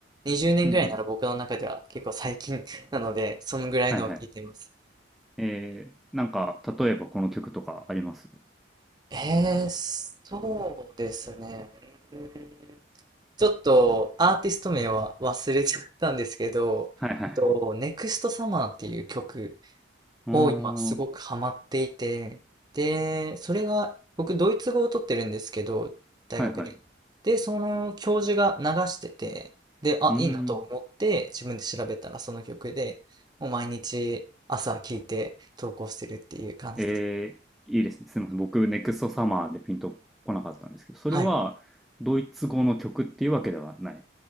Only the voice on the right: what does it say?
20年ぐらいなら僕の中では結構最近
<laughs> なので、そのぐらいのを聞いています。
えー、そうですね。うーんちょっとアーティスト名は忘れちゃったんですけど、
えっと、ネクストサマーっていう曲
を今すごくハマっていて、で、それが、僕、ドイツ語を取ってるんですけど、大学で。
で、その教授が流してて、で、あ、
いいなと思って、自分で調べたらその曲で、もう毎日朝聴いて投稿してるっていう感じです。
はい。